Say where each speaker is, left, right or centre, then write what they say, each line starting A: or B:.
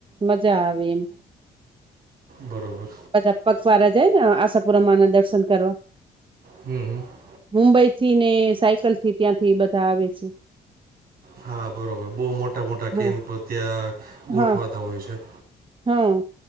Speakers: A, on the right (about 30°); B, on the right (about 65°).
A: મજા આવે એમ,
B: બરાબર.
A: પાછા પગપાળા જાય ને આશાપુરા માઁ ના દર્શન કરવા.
B: હમ હ.
A: મુંબઈ થી ને સાયકલ થી ત્યાં થી બધા આવે છે.
B: હા! બરોબર. બહુ મોટા મોટા કેમ્પ
A: હા
B: ત્યાં ગોઠવાતા
A: હા
B: હોય છે.
A: હા!